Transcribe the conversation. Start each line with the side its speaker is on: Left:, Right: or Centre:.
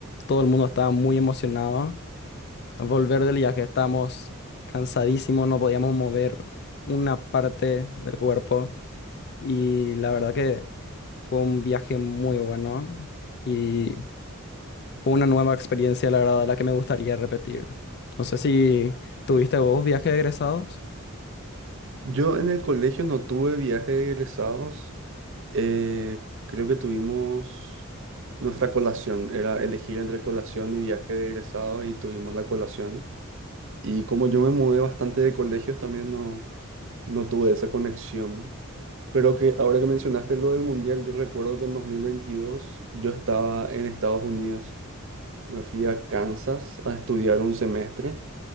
Left: todo el mundo estaba muy emocionado volver del viaje, estábamos cansadísimos, no podíamos mover una parte del cuerpo y la verdad que fue un viaje muy bueno y fue una nueva experiencia, la verdad, la que me gustaría repetir. No sé si tuviste vos viajes de egresados.
Right: Yo en el colegio no tuve viaje de egresados. eh, creo que tuvimos nuestra colación, era elegir entre colación y viaje de egresados y tuvimos la colación. Y como yo me mudé bastante de colegios, también no, no tuve esa conexión. Pero que ahora que mencionaste lo del mundial, yo recuerdo que en 2022 yo estaba en Estados Unidos. Me fui a Kansas a estudiar un semestre